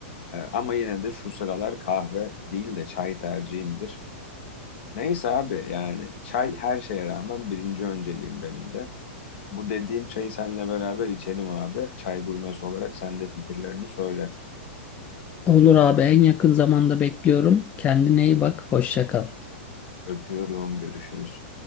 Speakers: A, on the left; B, on the left.
A: Ee, ama yine de şu sıralar kahve değil de çay tercihimdir. Neyse abi yani çay her şeye rağmen birinci önceliğim benim de. Bu dediğim çayı seninle beraber içelim abi. Çay gurmesi olarak sen de fikirlerini söyle.
B: Olur abi en yakın zamanda bekliyorum. Kendine iyi bak. Hoşça kal.
A: Öpüyorum, görüşürüz.